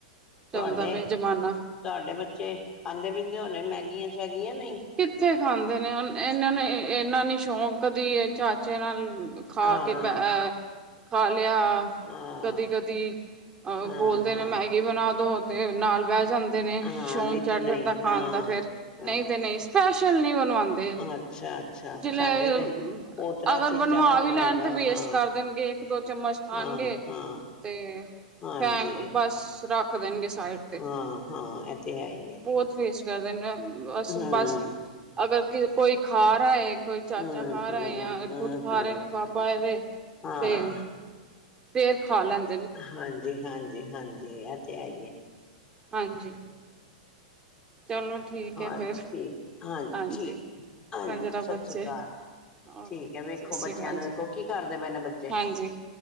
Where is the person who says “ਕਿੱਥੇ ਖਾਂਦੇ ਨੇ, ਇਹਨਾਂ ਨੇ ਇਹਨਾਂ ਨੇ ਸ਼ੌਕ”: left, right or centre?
Right